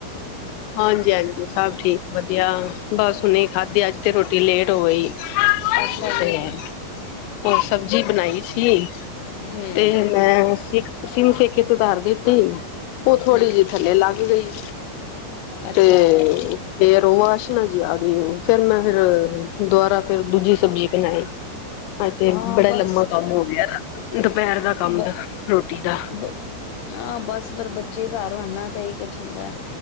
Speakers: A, on the left (about 80°); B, on the left (about 60°).
A: ਹਾਂਜੀ ਹਾਂਜੀ ਸਭ ਠੀਕ ਵਧੀਆ ਬਸ ਉਹਨੇ ਖਾਧੀ ਅੱਜ ਤੇ ਰੋਟੀ ਲੇਟ ਹੋ ਗਈ <unintelligible>
B: ਅੱਛਾ ਜੀ
A: ਸਬਜ਼ੀ ਬਣਾਈ ਸੀ
B: ਹਮ
A: ਤੇ ਮੈਂ ਸਿੱਖ ਸਿਮ ਕੀਤੀ ਤੇ ਧਰ ਦਿੱਤੀ ਉਹ ਥੋੜ੍ਹੀ
B: ਹਮ
A: ਜਿਹੀ ਥੱਲੇ ਲੱਗ ਗਈ
B: ਅੱਛਾ
A: ਤੇ ਫਰ ਉਹ ਵਾਸ਼ਨਾ ਜੀ ਆ ਗਈ ਫੇਿਰ ਮੈਂ ਫਿਰ ਦੁਬਾਰਾ ਫੇਿਰ ਦੂਜੀ ਸਬਜ਼ੀ ਬਣਾਈ ਹ ਤੇ
B: ਹਾਂ
A: ਬੜਾ
B: ਬਸ
A: ਲੰਮਾ ਕੰਮ ਹੋ ਗਿਆ ਦੁਪਹਿਰ ਦਾ ਕੰਮ
B: ਬ
A: ਦਾ ਰੋਟੀ ਦਾ
B: ਬ ਹਾਂ ਬਸ ਪਰ ਬੱਚੇ ਘਰ ਹੋਣ ਨਾ ਤਾਂ ਇਹੀ ਕੁੱਛ ਹੁੰਦਾ।